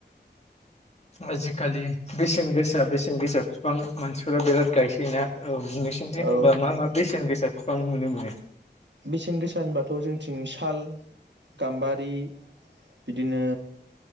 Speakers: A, on the left; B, on the right.
A: आजिखालि बेसेन गोसा बेसेन गोसा फिफां मानसिफोरा बिराद गायसोयोना औ नोंसोरनिथिं
B: औ
A: होनबा मा मा बेसेन गोसा फिफां नुनो मोनो
B: बेसेन गोसा होनबाथ' जोंनिथिं साल गाम्बारि बिदिनो